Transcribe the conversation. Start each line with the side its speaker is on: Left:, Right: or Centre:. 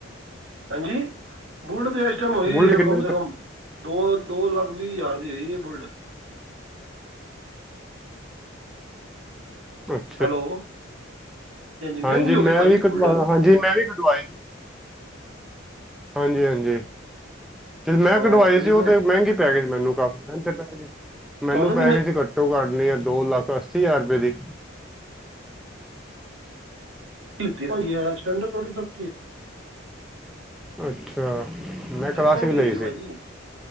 Right: ਹਾਂਜੀ, ਬੂਲਟ ਤੇ ਐਸਟਮ ਹੋਈ
Centre: ਬੁਲਟ ਕਿੰਨੇ
Right: ਕਮ ਸੇ
Centre: ਦੀ
Right: ਕਮ। ਦੋ, ਦੋ ਲੱਖ ਵੀਹ ਹਜ਼ਾਰ ਦੀ ਆਈ ਹੈ। ਬੁਲਟ
Centre: ਹਮ <unintelligible>
Right: ਹੈਲੋ। ਮਹਿੰਗੀ
Centre: ਹਾਂਜੀ
Right: ਹੋ
Centre: ਮੈਂ
Right: ਗਈ ਭਾਅ
Centre: ਵੀ
Right: ਜੀ
Centre: ਕਢਵਾ
Right: ਬੁਲਟ
Centre: ਹਾਂਜੀ ਮੈਂ ਵੀ ਕਢਵਾਈ ਹਾਂਜੀ ਹਾਂਜੀ, ਤੇ ਮੈਂ
Right: ਹਾਂ
Centre: ਕਢਵਾਈ
Right: ਥੋੜ੍ਹੀ
Centre: ਸੀ ਉਹ
Right: ਮੈਂ
Centre: ਤਾਂ ਮਹਿੰਗੀ ਪੈ ਗਈ ਸੀ ਮੈਨੂੰ ਕਾਫੀ ਮਹਿੰਗੇ ਪੈ ਗ ਮੈਨੂੰ
Right: ਤੁਹਾਨੂੰ
Centre: ਪੈ
Right: ਕਿੰਨੇ
Centre: ਗੲੀ ਸੀ ਘੱਟੋ ਘੱਟ ਨਹੀਂ ਆ ਦੋ ਲੱਖ ਅੱਸੀ ਹਜ਼ਾਰ ਰੁਪਏ ਦੀ।
Right: <unintelligible> ਸਟੈਂਡ ਥੋੜੀ ਸਕਤੀ ਹੈ
Centre: ਅੱਛਾ, ਮੈਂ ਕਲਾਸਿਕ
Right: ਮਹਿੰਗੀ
Centre: ਲਈ
Right: ਹੈਗੀ
Centre: ਸੀ।
Right: ਭਾਅ ਜੀ